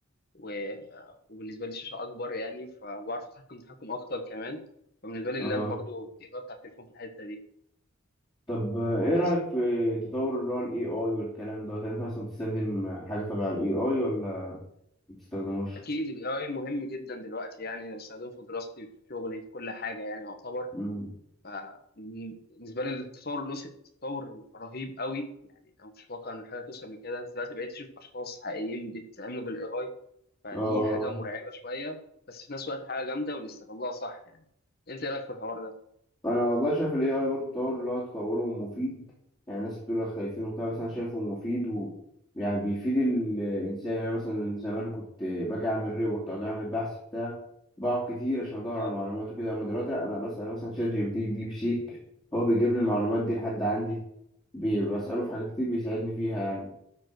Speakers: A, on the left; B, on the left.
A: و... آه، وبالنسبه لي الشاشه اكبر يعني فبعرف اتحكم تحكم اكتر كمان فبالنسبه لي اللاب
B: اه
A: برضو يغطي على التليفون في الحته دي
B: طب آه، ايه
A: بس
B: رأيك في تطور اللي هو ال AI والكلام ده انت اصلا بتستخدم حاجة تبع ال AI ولا ما بتستخدموش؟
A: أكيد ال AI مهم جدا دلوقتي يعني أنا بستخدمه في دراستي في شغلي في كل حاجة يعني يعتبر
B: امم
A: فبالنسبة لي التطور له تطور رهيب قوي يعني أنا ما كنتش متوقع إن حاجة توصل لكده دلوقتي بقيت أشوف أشخاص حقيقيين بيتعاملوا بال AI فدي
B: اه
A: حاجة مرعبة شوية بس في نفس الوقت حاجة جامدة واللي استغلها صح يعني أنت إيه رأيك في الحوار ده؟
B: انا والله شايف الاي اي برضه تطور اللي هو تطوره مفيد يعني الناس بتقول لك خايفين وبتاع بس انا شايفه مفيد و يعني بيفيد الانسان يعني أنا مثلا زمان كنت باجي اعمل ريبورت او أجي اعمل بحث بتاع بقعد كتير عشان ادور
A: أه
B: على معلومات وكده اما دلوقتي لا انا بسال مثلا شات جي بي تي ديب سيك هو بيجيب لي المعلومات دي لحد عندي بي- بساله في حاجات كتير بيساعدني فيها يعني